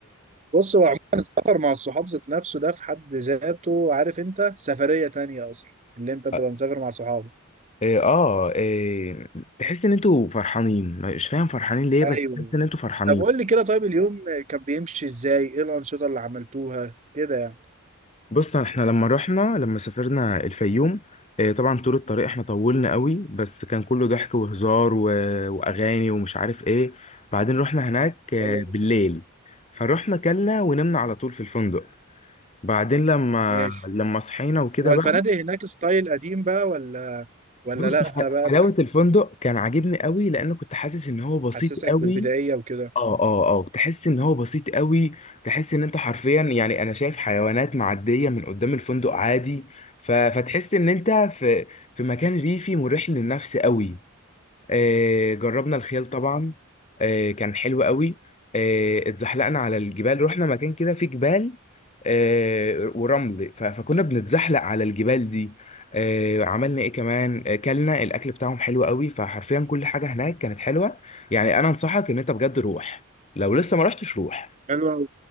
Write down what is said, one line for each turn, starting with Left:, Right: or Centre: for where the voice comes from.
Right: بص هو عموما السفر مع الصحاب ذات نفسه ده في حد ذاته عارف انت سفريه تانية اصلا اللي انت تبقى
Left: آه،
Right: مسافر مع صحابك
Left: إيه اه إيه تحس ان انتوا فرحانين مش فاهم فرحانين ليه
Right: ايوه
Left: بس تحس ان انتوا فرحانين
Right: طب قول لي كده طيب اليوم كان بيمشي ازاي ايه الانشطه اللي عملتوها كده يعني
Left: بص احنا لما رحنا لما سافرنا الفيوم إيه طبعا طول الطريق احنا طولنا قوي بس كان كله ضحك وهزار و... واغاني ومش عارف ايه بعدين رحنا هناك آه،
Right: حلو
Left: بالليل فروحنا كلنا ونمنا على طول في الفندق بعدين لما
Right: ماشي
Left: لما صحينا وكده
Right: والفنادق
Left: بقى
Right: هناك ستايل قديم بقى ولا ولا
Left: بص
Right: لأ
Left: ح-
Right: بقى
Left: حلاوة الفندق كان عاجبني قوي لأنه كنت حاسس إن هو بسيط
Right: بتحسسك
Left: قوي
Right: بالبدائية وكده
Left: اه اه اه تحس ان هو بسيط قوي تحس ان انت حرفيا يعني انا شايف حيوانات معديه من قدام الفندق عادي ف... فتحس ان انت في في مكان ريفي مريح للنفس قوي آه، جربنا الخيل طبعا آه، كان حلو قوي آه، اتزحلقنا على الجبال رحنا مكان كده فيه جبال آه، ورمل ف- فكنا بنتزحلق على الجبال دي آه، عملنا ايه كمان آه، كلنا الاكل بتاعهم حلو قوي فحرفيا كل حاجه هناك كانت حلوه يعني انا انصحك ان انت بجد روح لو لسه ما رحتش روح
Right: حلوة أوي.